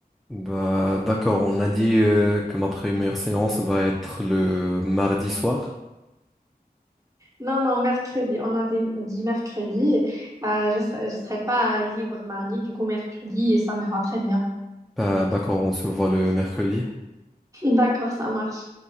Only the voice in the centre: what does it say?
Bah, d'accord, on a dit euh, que ma première séance va être le mardi soir.
Bah, d'accord, on se voit le mercredi.